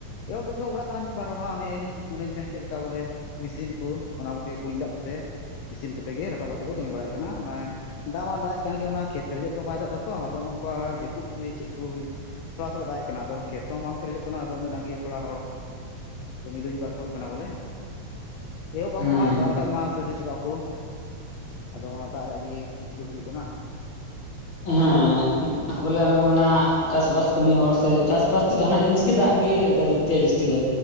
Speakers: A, on the left (about 75°); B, on the left (about 45°).
A: ᱮᱦᱚᱵ ᱫᱚᱠᱚ ᱮᱦᱚᱵ ᱵᱟᱲᱟᱜ ᱠᱟᱱᱟ ᱢᱤᱫ ᱵᱟᱨ ᱦᱚᱲᱟᱜ ᱦᱟᱱᱮ- ᱚᱱᱟᱧ ᱢᱮᱱᱠᱮᱫ ᱞᱮᱠᱟ ᱵᱚᱞᱮ ᱢᱮᱥᱤᱱ ᱠᱚ ᱚᱱᱟ ᱠᱚᱛᱮ ᱠᱩᱧ ᱫᱟᱜ ᱠᱚᱛᱮ ᱢᱮᱥᱤᱱ ᱠᱚᱛᱮ ᱜᱮ ᱨᱟᱠᱟᱵ ᱠᱟᱛᱮ ᱠᱚ ᱠᱟᱹᱢᱤ ᱵᱟᱲᱟᱭᱮᱫ ᱠᱟᱱᱟ ᱚᱱᱮ ᱫᱟᱜ ᱢᱟ ᱫᱟᱜ ᱮᱜ ᱠᱟᱱ ᱜᱮ ᱱᱚᱣᱟ ᱠᱷᱮᱛ ᱯᱨᱮᱡᱚᱜ ᱞᱮᱠᱟ ᱵᱟᱭ ᱫᱟᱜ ᱮᱫᱟᱛᱚ ᱟᱫᱚ ᱚᱱᱠᱟ ᱡᱟᱹᱯᱩ ᱠᱚᱜᱮ ᱪᱮᱫ ᱠᱚ ᱦᱩᱭᱩᱜ ᱛᱷᱚᱲᱟ ᱛᱷᱚᱲᱟ ᱫᱟᱜᱮᱡ ᱠᱟᱱᱟ ᱟᱫᱚ ᱠᱷᱮᱛ ᱦᱚᱸ ᱵᱟᱝ ᱯᱮᱨᱮᱡᱚᱜ ᱠᱟᱱᱟ ᱟᱫᱚ ᱚᱱᱮ ᱚᱱᱟᱜᱮ ᱛᱷᱚᱲᱟ ᱦᱚᱲ ᱠᱟᱹᱢᱤ ᱫᱚᱧ ᱵᱟᱨ ᱠᱚ ᱠᱟᱱᱟ ᱵᱚᱞᱮ ᱮᱦᱳ ᱵᱟᱠᱚ
B: ᱦᱩᱸ
A: ᱦᱟᱸᱜ ᱫᱟᱜ ᱞᱮᱠᱷᱟᱡ ᱢᱟ ᱥᱫᱤ ᱪᱟᱵᱟᱜ ᱟᱠᱚ ᱟᱫᱚ ᱚᱱᱟ ᱫᱟᱜ ᱨᱮᱭᱟᱜ ᱜᱮ ᱢᱩᱥᱠᱤᱞ ᱦᱩᱭᱩᱜ ᱠᱟᱱᱟ
B: ᱦᱮᱸ ᱵᱚᱞᱮ ᱚᱱᱮ ᱠᱚ ᱢᱮᱱᱟ ᱪᱟᱥᱵᱟᱥ ᱠᱟᱹᱢᱤ ᱦᱚᱲ ᱥᱮ ᱪᱟᱥᱵᱟᱥ ᱫᱚ ᱡᱟᱦᱱᱟᱜ ᱡᱤᱱᱤᱥ ᱜᱮ ᱫᱟᱜ ᱜᱮ ᱞᱟᱹᱠᱛᱤᱭᱟ ᱡᱟᱹᱥᱛᱤ ᱫᱚ